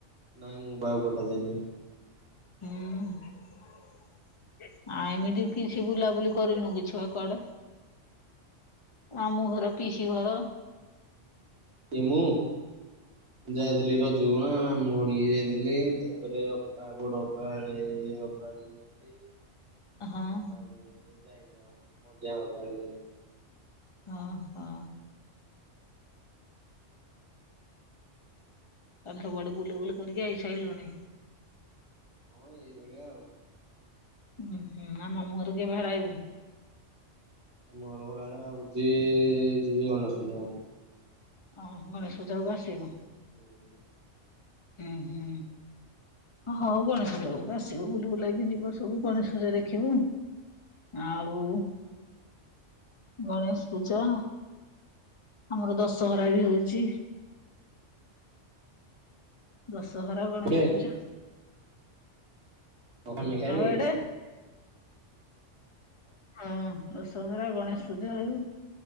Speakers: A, on the right (about 60°); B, on the left (about 25°).
A: ନାଇଁ ମୁଁ ପା ଆଉ କୁଆଡ଼େ ଯାଇନି।
B: ହୁଁ। ଆ ଏମିତି କିଛି ବୁଲାବୁଲି କରିନୁ କିଛି ଆଉ କୁଆଡେ। ମାମୁଁଘର ପିଇସିଘର।
A: କିଏ ମୁଁ ଯାଇଥିଲି ର ଜକୁ ନା ମାମୁଁ ଘଟିକି ଯାଇଥିଲି ତାପରେ ଅପା ବଡଅପା। <unintelligible>
B: <inaudible> ହଁ
A: ସାନ ଅପା ଘଟିକି ଜମାରୁ ଯାଇନି ଆଉ ମଝିଆ ଅପା ଘଟିକି ଯାଇଥିଲି।
B: ଅହଁ। ତାହେଲେ ସବୁଆଡେ ବୁଲାବୁଲି କରିକି ଆଇସାଇଲୁଣି।
A: ହଁ ଏଇଭଳିଆ ଆଉ।
B: ଉହୁଁ ଆଉ ମାମୁଁ ଘରକୁ କେବେ ହେରା ଆଇବୁ।
A: ମାମୁଁ ଘର ଘର ଆଡେ ଭାବୁଚି ଯିବି ଗଣେଷ ପୂଜାକୁ।
B: ଅଃ ଗଣେଷ ପୂଜା କୁ ଆସିବୁ।
A: ହୁଁ।
B: ଉଁହୁଁ। ହଁ ହଉ ଗଣେଶ ପୂଜା ବେଳୁକୁ ତ ଆସିବୁ ବୁଲି ବୁଲାକି ଯିବ ସବୁ ଗଣେଶ ପୂଜା ଦେଖିବୁ। ଆଉ ଗଣେଶ ପୂଜା ଆମର ଦଶହରା ବି ହୋଉଚି। ଦଶହରା
A: କୋଉଠେ
B: ଗଣେଶ ପୂଜା।
A: ଓ କମେକ୍ଷାରେ
B: ଆଉ
A: କି।
B: ଏଡେ ହଁ ଦଶହରା ଗଣେଶ ପୂଜା ଆଉ